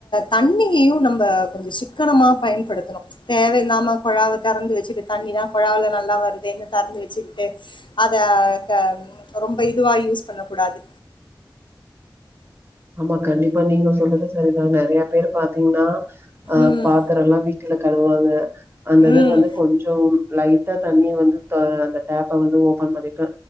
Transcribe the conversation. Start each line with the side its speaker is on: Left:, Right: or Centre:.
Left: தண்ணியையு நம்ம கொஞ்சோ சிக்கனமா பயன்படுத்தணு தேவைையில்லாம குழாவ திறந்து வச்சுட்டு தண்ணி தான் குழாவுல நல்லா வருதுன்னு திறந்து வச்சுக்கிட்டு அத ரொம்ப இதுவா யூஸ் பண்ண கூடாது
Right: ஆமா கண்டிப்பா நீங்க சொல்றது சரிதா நெறய பேர் பாத்தீங்கன்னா அ
Left: ம்
Right: பாத்திரல்லா வி வீட்ல கழுவாங்க அந்தத
Left: ம்
Right: வந்து கொஞ்சோ லைட்டா தண்ணிய வந்து அந்த டேப்ப வந்து ஓப்பன் பண்ணிட்டு